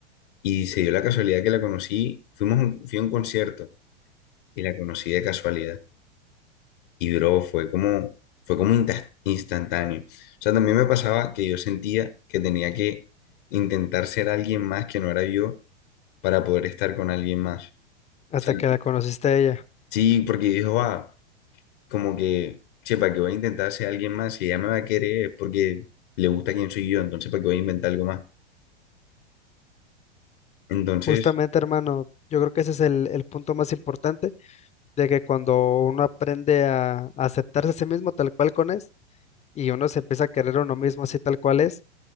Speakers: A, on the left; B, on the left.
A: Y se dio la casualidad que la conocí, fuimos a un- fui a un concierto y la conocí de casualidad. Y bro, fue como, fue como insta- instantáneo. O sea, también me pasaba que yo sentía que tenía que intentar ser alguien más que no era yo para poder estar con alguien más.
B: hasta
A: O sea,
B: que la conociste a ella.
A: sí, porque dijo, va, como que, che, ¿para qué voy a intentar ser alguien más? Si ella me va a querer es porque le gusta quién soy yo, entonces ¿para qué voy a inventar algo más? Entonces,
B: Justamente, hermano, yo creo que ese es el, el punto más importante, de que cuando uno aprende a, a aceptarse a sí mismo tal cual con es, y uno se empieza a querer a uno mismo así tal cual es,